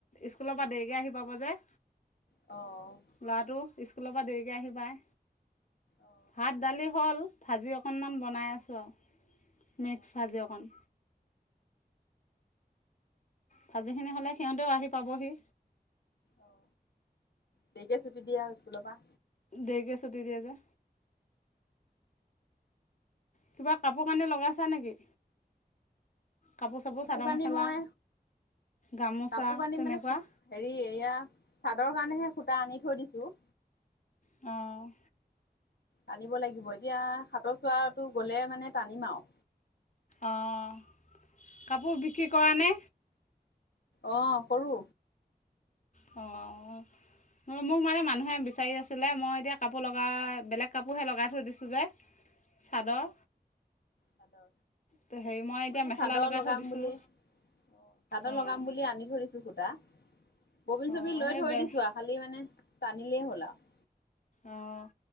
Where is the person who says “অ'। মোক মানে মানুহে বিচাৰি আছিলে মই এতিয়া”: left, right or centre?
Left